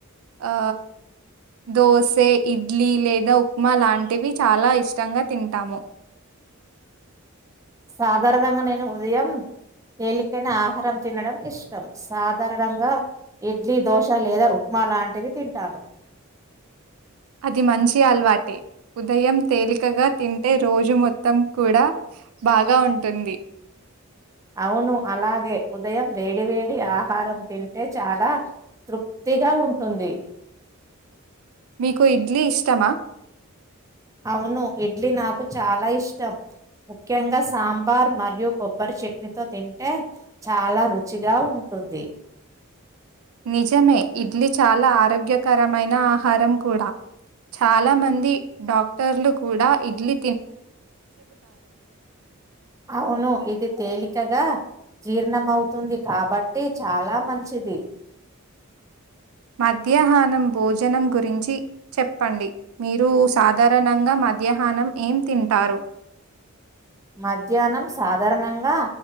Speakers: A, on the right; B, on the right.
A: ఆ దోసే ఇడ్లీ లేదా ఉప్మా లాంటివి చాలా ఇష్టంగా తింటాము
B: సాధారణగా నేను ఉదయం తేలికైన ఆహారం తినడం ఇష్టం సాధారణంగా ఇడ్లీ దోశ లేదా ఉప్మా అలాంటివి తింటాను
A: అది మంచి అలవాటే ఉదయం తేలికగా తింటే రోజు మొత్తం కూడా బాగా ఉంటుంది
B: అవును అలాగే ఉదయం వేడి వేడి ఆహారం తింటే చాలా తృప్తిగా ఎలా ఉంటుంది
A: మీకు ఇడ్లీ ఇష్టమా
B: అవును ఇడ్లీ నాకు చాలా ఇష్టం ముఖ్యంగా సాంబార్ మరియు కొబ్బరి చట్నీతో తింటే చాలా రుచిగా ఉ స్తుంది
A: నిజమే ఇడ్లీ చాలా ఆరోగ్యకరమైన ఆహారం కూడా చాలా మంది డాక్టర్లు కూడా ఇడ్లి
B: అవును ఇది తేలికగా జీర్ణం అవుతుంది కాబట్టి చాలా మంచిది
A: మధ్యాహ్నం భోజనం గురించి చెప్పండి మీరు సాధారణంగా మ మధ్యాహ్నం ఏం తింటారు
B: మధ్యాహ్నం సాధారణంగా